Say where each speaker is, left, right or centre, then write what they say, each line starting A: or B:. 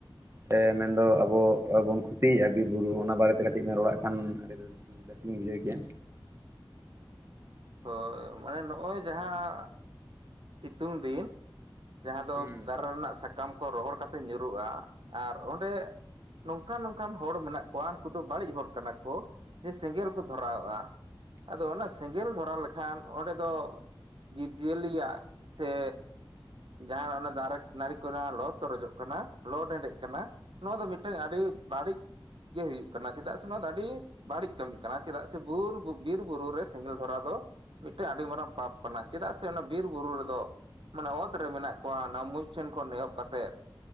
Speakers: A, on the right; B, on the right.
A: ᱥᱮ ᱢᱮᱱᱫᱚ ᱟᱵᱚ ᱵᱚᱱ ᱠᱷᱚᱛᱤᱭᱮᱫᱼᱟ ᱵᱤᱨ ᱵᱩᱨᱩ ᱚᱱᱟ ᱵᱟᱨᱮᱛᱮ ᱠᱟᱹᱴᱤᱡ ᱵᱮ ᱨᱚᱲᱟᱜ ᱠᱷᱟᱱ ᱟᱹᱰᱤ ᱵᱮᱥᱤᱧ ᱵᱩᱡᱷᱟᱹᱣ ᱠᱮᱭᱟ
B: ᱛᱚ ᱢᱟᱱᱮ ᱱᱚᱜᱼᱚᱭ ᱡᱟᱦᱟᱸ ᱥᱤᱛᱩᱝ ᱫᱤᱱ ᱡᱟᱦᱟᱸ ᱫᱚ
A: ᱦᱩᱸ
B: ᱫᱟᱨᱮ ᱨᱮᱱᱟᱜ ᱥᱟᱠ ᱥᱟᱠᱟᱢ ᱠᱚ ᱨᱚᱦᱚᱲ ᱠᱟᱛᱮ ᱧᱩᱨᱩᱜᱼᱟ ᱟᱨ ᱚᱸᱰᱮ ᱱᱚᱝᱠᱟᱱ ᱱᱚᱝᱠᱟᱱ ᱦᱚᱲ ᱢᱮᱱᱟᱜ ᱠᱚᱣᱟ ᱩᱱᱠᱩ ᱫᱚ ᱵᱟᱹᱲᱤᱡ ᱦᱚᱲ ᱠᱟᱱᱟ ᱠᱚ ᱡᱮ ᱥᱮᱸᱜᱮᱞ ᱠᱚ ᱫᱷᱚᱨᱟᱣᱼᱟ ᱟᱫᱚ ᱚᱱᱟ ᱥᱮᱸᱜᱮᱞ ᱫᱷᱚᱨᱟᱣ ᱞᱮᱠᱷᱟᱱ ᱚᱸᱰᱮ ᱫᱚ ᱡᱤᱵᱽᱡᱤᱭᱟᱹᱞᱤᱭᱟᱜ ᱥᱮ ᱡᱟᱦᱱᱟᱜ ᱚᱱᱟ ᱫᱟᱨᱮ ᱱᱟᱹᱲᱤ ᱠᱚᱨᱮᱱᱟᱜ ᱞᱚ ᱛᱚᱨᱚᱡᱚᱜ ᱠᱟᱱᱟ ᱞᱚ ᱰᱮᱸᱰᱮᱜ ᱠᱟᱱᱟ ᱱᱚᱣᱟ ᱫᱚ ᱢᱤᱫᱴᱮᱱ ᱟᱹᱰᱤ ᱵᱟᱹᱲᱤᱡ ᱜᱮ ᱦᱩᱭᱩᱜ ᱠᱟᱱᱟ ᱪᱮᱫᱟᱜ ᱥᱮ ᱱᱚᱣᱟ ᱫᱚ ᱟᱹᱰᱤ ᱵᱟᱹᱲᱤᱡ ᱠᱟᱹᱢᱤ ᱠᱟᱱᱟ ᱪᱮᱫᱟᱜ ᱥᱮ ᱵᱩᱨ ᱵᱩᱨᱩ ᱨᱮ ᱥᱮᱸᱜᱮᱞ ᱫᱷᱚᱨᱟ ᱫᱚ ᱢᱤᱫᱴᱮᱱ ᱟᱹᱰᱤ ᱢᱟᱨᱟᱝ ᱯᱟᱯ ᱠᱟᱱᱟ ᱪᱮᱫᱟᱜ ᱥᱮ ᱚᱱᱟ ᱵᱤᱨ ᱵᱤᱨ ᱵᱩᱨᱩ ᱨᱮᱫᱚ ᱢᱟᱱᱮ ᱚᱛ ᱨᱮ ᱢᱮᱱᱟᱜ ᱠᱚᱣᱟ ᱚᱱᱟ ᱢᱩᱡ ᱴᱷᱮᱱ ᱠᱷᱚᱱ ᱮᱮᱦᱚᱵ ᱠᱟᱛᱮᱮᱫ